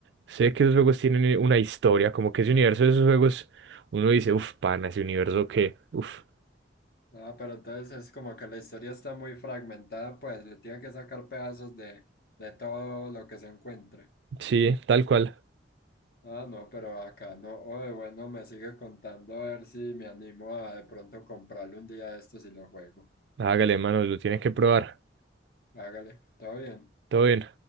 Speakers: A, on the right; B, on the left.
A: sé que esos juegos tienen una historia. Como que ese universo de esos juegos, uno dice, uff, pana, ese universo que, uff.
B: Ah, pero entonces es como que la historia está muy fragmentada, pues le tiene que sacar pedazos de, de todo lo que se encuentre.
A: Sí, tal cual.
B: Ah, no, pero acá no. Oye, bueno, me sigue contando a ver si me animo a de pronto comprarle un día de estos y lo juego.
A: Hágale, mano, lo tiene que probar.
B: Hágale, está bien.
A: Todo bien.